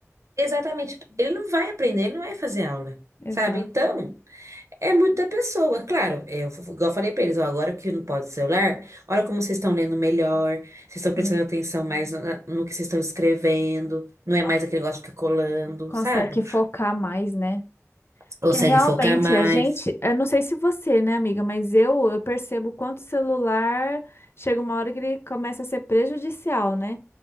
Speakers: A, on the right (about 70°); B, on the left (about 50°).
A: exatamente. Ele não vai aprender, ele não vai fazer aula,
B: Exato.
A: sabe? Então, é muito da pessoa. Claro, É, eu, igual eu falei pra eles, ó, agora que não pode celular, olha como vocês estão lendo melhor, vocês
B: Sim.
A: estão prestando atenção mais na- na- no que vocês estão escrevendo, não é
B: Ah,
A: mais aquele negócio de ficar colando,
B: Consegue
A: sabe?
B: focar mais, né?
A: Consegue
B: Porque realmente
A: focar mais.
B: a gente, eu não sei se você, né, amiga, mas eu, eu percebo quanto o celular chega uma hora que ele começa a ser prejudicial, né?